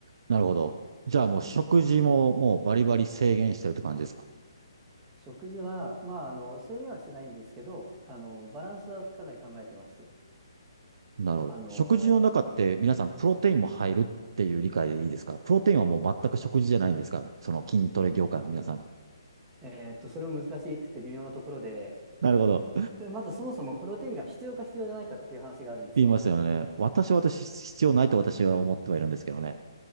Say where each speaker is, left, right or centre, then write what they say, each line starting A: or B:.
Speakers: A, on the right; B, on the right.
A: なるほど。じゃあもう食事ももうバリバリ制限してるって感じですか
B: 食事は、まあ、あの、制限はしてないんですけど、あの、バランスはかなり考えてます。
A: なるほど。
B: あの、
A: 食事の中って皆さんプロテインも入るっていう理解でいいですかプロテインはもう全く食事じゃないんですかその筋トレ業界の皆さん。
B: えっと、それも難しくて微妙なところで、
A: なるほど。
B: でまずそもそもプロテインが必要か必要じゃないかっていう話があるんですよ。
A: 言いますよね。私は私必要ないと私は思ってはいるんですけどね。